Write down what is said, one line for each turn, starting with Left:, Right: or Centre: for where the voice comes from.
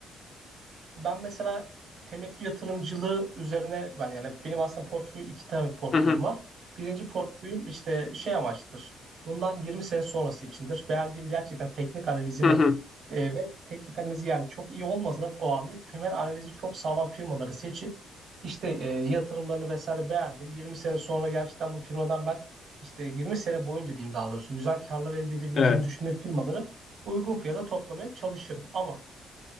Right: ben mesela temettü yatırımcılığı üzerine ben yani benim aslında portföy iki tane portföyüm
Left: Hı hı,
Right: var. Birinci portföyüm işte şey amaçlıdır. Bundan 20 sene sonrası içindir. Beğendiğim gerçekten teknik analizini
Left: hı hı.
Right: e, ve teknik analizi yani çok iyi olmasa da o anlık temel analizi çok sağlam firmaları seçip işte e, yatırımlarını vesaire beğendim. 20 sene sonra gerçekten bu firmadan ben işte 20 sene boyunca diyeyim daha doğrusu güzel karlar elde edebileceğimi
Left: Evet.
Right: düşündüğüm firmaları uygun fiyata toplamaya çalışırım. Ama